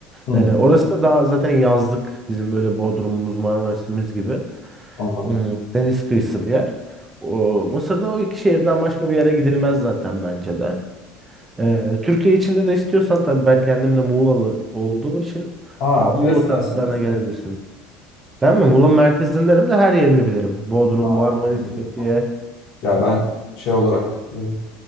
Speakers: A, on the left; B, on the right.
A: Hmm,
B: Ee, orası da daha zaten yazlık. Bizim böyle Bodrum'umuz, Marmaris'imiz gibi.
A: anladım.
B: Hmm, deniz kıyısı bir yer. O, Mısır'da o iki şehirden başka bir yere gidilmez zaten bence de. Ee, Türkiye içinde de istiyorsan tabii ben kendim de Muğlalı olduğum için
A: Ha
B: a, Muğla
A: neresindensin?
B: taraflarına gelebilirsin. Ben mi? Muğla merkezindenim de her yerini bilirim. Bodrum,
A: Ha
B: Marmaris,
A: anladım.
B: Fethiye.
A: Ya ben şey olarak e,